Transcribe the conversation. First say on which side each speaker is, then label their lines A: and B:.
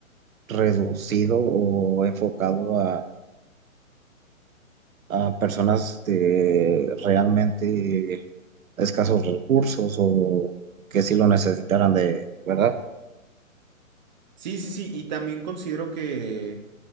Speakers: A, on the right; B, on the right.
A: reducido o enfocado a, a personas de realmente escasos recursos o que sí lo necesitaran de, ¿verdad?
B: Sí, sí, sí. Y también considero que,